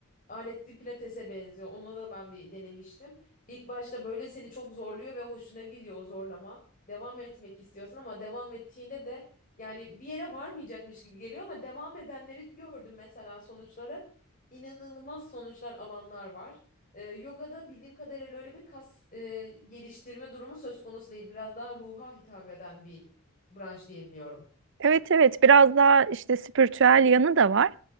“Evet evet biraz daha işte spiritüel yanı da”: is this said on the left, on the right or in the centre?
Right